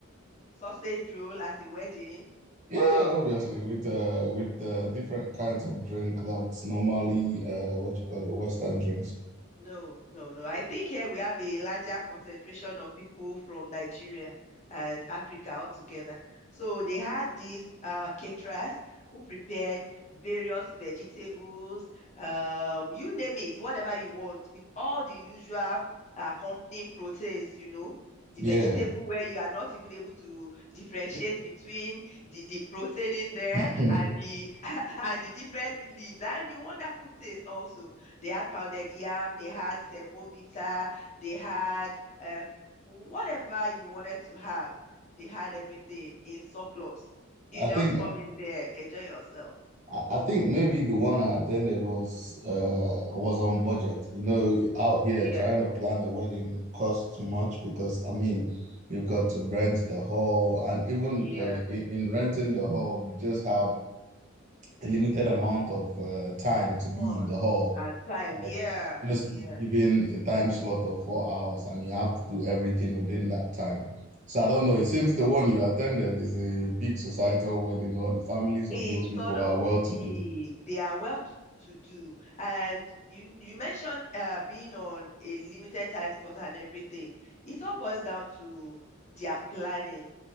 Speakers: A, on the left; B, on the right.
A: sausage roll at a wedding. Wow.
B: Yeah, obviously with uh with uh, different kinds of drink that's normally uh what you call it Western drinks.
A: No, no, no. I think here we have a larger concentration of people from Nigeria and Africa altogether. So they had these uh, caterers who prepared various vegetables, um, you name it, whatever you want, with all the usual accompanying proteins, you know, the
B: Yeah,
A: vegetable where you are not even able to differentiate between the, the protein in there
B: <laughs> I
A: and the <laughs> and the different leaves and the wonderful taste also. They had pounded yam, they had semovita, they had uh, whatever you wanted to have. They had everything in surplus. You just
B: think
A: come in there, enjoy yourself.
B: I I think maybe the one I attended was uh was on budget. You know, out here
A: Yeah,
B: trying to plan a wedding costs much because I mean you've got to rent the hall and even
A: yeah,
B: uh, i- in renting the hall you just have a limited amount of uh, time to be
A: fun
B: in the hall.
A: and time.
B: Like
A: Yeah,
B: just
A: yeah,
B: be given a time slot of four hours, and you have to do everything within that time. So I don't
A: yeah.
B: know. It seems the one you attended is a big societal wedding. All the families
A: It's
B: of those people
A: sort of
B: are well to
A: big.
B: do.
A: They are well to do. And you you mentioned uh, being on a limited time slot and everything. It all boils down to their planning